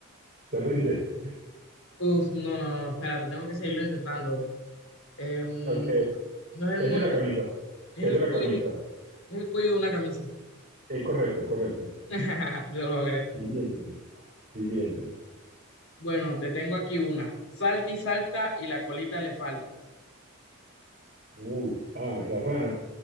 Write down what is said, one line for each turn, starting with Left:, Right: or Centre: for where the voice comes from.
Right: te rinde. <laughs>
Left: Uf, no, no, no, espérate, tengo que seguirlo intentando. Eh, mm,
Right: Ok.
Left: no es el
Right: Es
Left: moño,
Right: de la camisa.
Left: es
Right: Es
Left: el
Right: de la
Left: cuello,
Right: camisa.
Left: es el cuello de una camisa.
Right: Es correcto, correcto.
Left: <laughs> Lo logré.
Right: Siguiente. Siguiente.
Left: Bueno, te tengo aquí una. Salta y salta y la colita le falta.
Right: Uf. Ah, la rana.